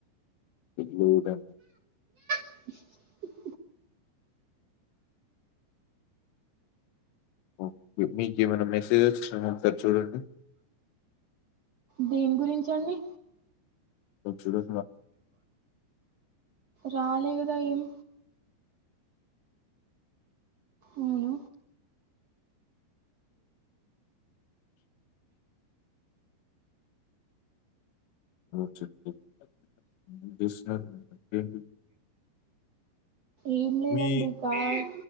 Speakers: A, on the left; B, on the right.
A: లేదా
B: <inaudible>
A: ఓకే మీకు ఏమైనా మెసేజ్ వచ్చినా ఒకసారి చూడండి
B: దేని గురించండి
A: ఇచ్చేడే
B: రాలేగదాఏం అవును
A: చ చె <unintelligible>
B: ఏం లేదండి
A: మీ
B: కార్